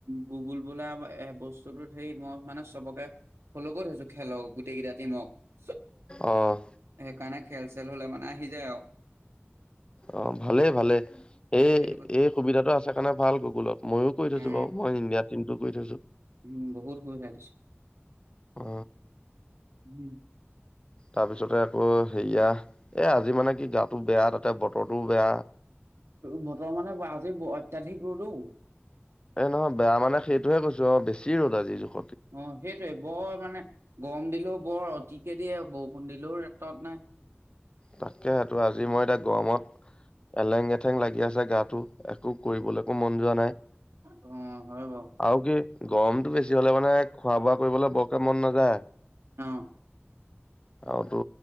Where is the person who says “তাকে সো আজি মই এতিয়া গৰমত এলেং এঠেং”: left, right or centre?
Left